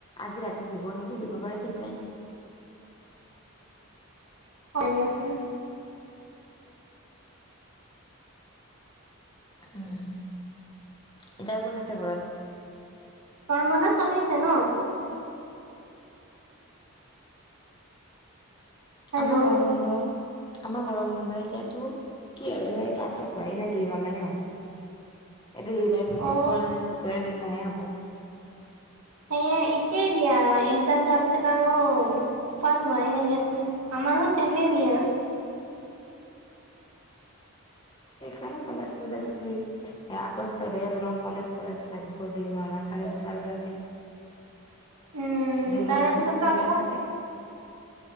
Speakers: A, on the left; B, on the right.
A: আজি ৰাতি দিব নেকি দিব পাৰে ঠিক নাই
B: হয় দিয়াচোন
A: উম এতিয়া কোন আছে ঘৰত
B: তৰ্মনা চলিছে ন হেল্ল'
A: আম ৰৰম দ আমাৰ গৰম বন্ধ এতিয়াতো কি আৰু সেই ক্লাছাছ হোৱাই নাই দুই মাহ মানে হ'ল এইটো জুলাই মাতো
B: অ
A: ম বয়ী মাহে হব
B: সেে একেই দিয়া এক্জাম যোৱাৰ পিছত আৰু াছ হোৱাই নে দিয়াচোন আমাৰো চেমে নিয়া
A: সেইকাৰণ কল আছিল তাৰ কি এ আগষ্টতহে অলপমান কলেজ কলেজ লাগিব দুইমাহ মান তাৰে পিছত আৰু থাকে
B: উম
A: দুই
B: তাৰে
A: মাহানমান
B: পিছতো আকৌ
A: বেয়া থাকে